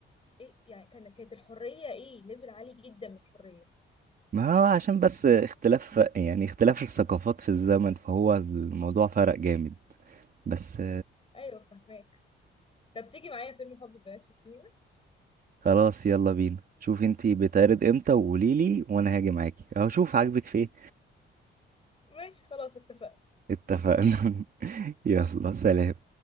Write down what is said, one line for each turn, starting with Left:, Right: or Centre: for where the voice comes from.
Left: ايه يعني كان كانت الحريه ايه ليفل عالي جدا من الحريه
Right: ما هو عشان بس اختلاف يعني اختلاف الثقافات في الزمن فهو الموضوع فرق جامد بس
Left: ايوه فهماك طب تيجي معايا فيلم حب بنات في السينما
Right: خلاص يلا بينا شوف انتي بتعرض امتى وقوليلي وانا هاجي معاكي هشوف عاجبك في ايه
Left: ماشي خلاص اتفقنا
Right: اتفقنا <laughs> يلا سلام